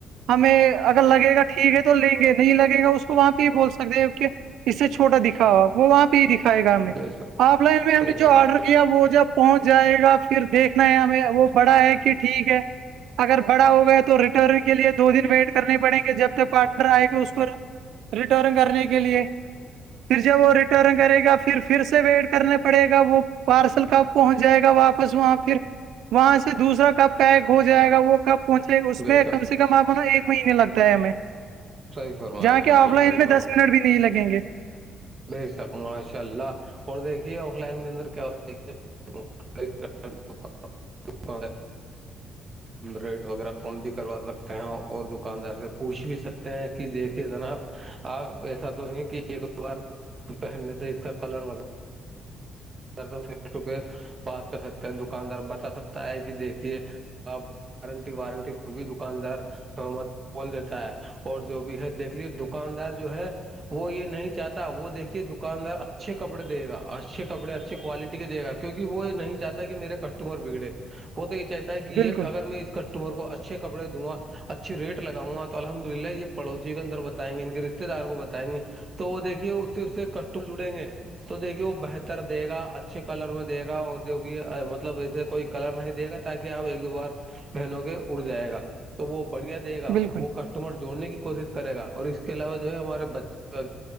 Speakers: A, on the right (about 80°); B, on the right (about 35°).
A: ہمیں اگر لگے گا ٹھیک ہے تو تو لیں گے نہیں لگے گا اس کو وہاں پہ ہی بول سکتے کہ اس سے چھوٹا دکھاؤ آپ وہ وہاں پہ ہی دکھائے گا ہمیں
B: بے شک
A: آف لائن میں ہم
B: صحیح
A: نے جو
B: فرمایا
A: آرڈر کیا وہ جب پہنچ جائے گا پھر دیکھنا ہے ہمیں وہ بڑا ہے کہ ٹھیک ہے اگر بڑا ہو گا ہے تو ریٹرن کے لیے دو دن ویٹ کرنے پڑیں گے جب تک پارٹنر آئے گا اس کو ریٹرن کرنے کے لیے پھر جب وہ ریٹرن کرے گا پھر پھر سے ویٹ کرنے پ پڑے گا وہ پارسل کا پہنچ جائے گا واپس وہاں پھر وہاں سے دوسرا کب پیک ہو جائے گا وہ کب پہنچے اس
B: بے
A: میں
B: شک
A: کم سے کم آپ نا ایک مہینے لگتا ہے ہمیں
B: صحیح فرمایا
A: جا کے
B: بالکل
A: آف لائن
B: صحیح
A: میں دس منٹ بھی نہیں لگیں گے
B: بھیج سکوں گا ماشاء اللہ اور دیکھیے آف لائن کے اندر کیایکے ال ک پ آ ریٹ وغیرہ کم بھی کروا سکتے ہیں اور دکاندار سے پوچھ بھی سکتے ہیں کہ دیکھیے جناب آپ ایسا تو ہے کہ ایک دو بار پہننے سے اس کا کلر وغیرہ ر فیس ٹو فیس بات کر سکتے ہیں دکاندار بتا سکتا ہے کہ دیکھیے آپ وارنٹی وارنٹی کو بھی دکاندار م بول دیتا ہے اور جو بھی ہے دیکھ لیے دکاندار جو ہے وہ یہ نہیں چاہتا وہ دیکھیے دکاندار اچھے کپڑے دے گا اچھے کپڑے ا اچے کوالٹی کے دے گا کیونکہ وہ نہیں چاہتا کہ میرے کسٹمر بگڑے وہ تو یہ چاہتا ہے کہ یہ
A: بالکل
B: اگر میں اس کسٹمر کو اچھے کپڑے دھواں اچھے ری لگؤں گا تو الحمد للہ یہ پڑوسی کے اندر بتائ گے ان کے رشتے دار کو بتیں گے تو وہ دیکھیے اس سے اس سے کٹو جڑیں گے تو دیکھیے وہ بہتر دے گا اچھے کلر میں دے گا اور جو بھی مطلب ایسے کوئی کلر نہیں دے گا تاکہ آپ ایک دو بار بہنوں کے اڑ جائے گا تو وہ بڑھیا دے گا
A: بالکل
B: وہ کٹ تمہار جوڑنے کی کوشش کرے گا اور اس کے علاوہ جو ہے ہمارے بچے